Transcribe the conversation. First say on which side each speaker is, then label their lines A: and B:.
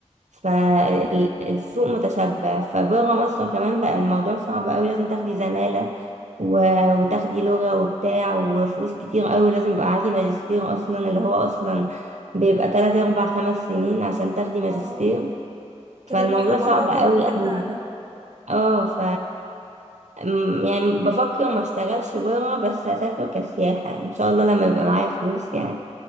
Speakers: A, on the right; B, on the right.
A: فالسوق متشبع فبره مصر كمان بقى الموضوع صعب قوي لازم تاخدي زمالة و... وتاخدي لغة وبتاع وفلوس كتير قوي لازم يبقى معاكي ماجستير أصلا اللي هو أصلا بيبقى تلات أربع خمس سنين عشان تاخدي ماجستير
B: اه كده
A: فالموضوع
B: رحلة
A: صعب
B: بره
A: قوي
B: طويلة
A: قوي
B: فعلا
A: اه ف م- يعني بفكر ما اشتغلش بره بس هسافر كسياحة ان شاء الله لما يبقى معايا فلوس يعني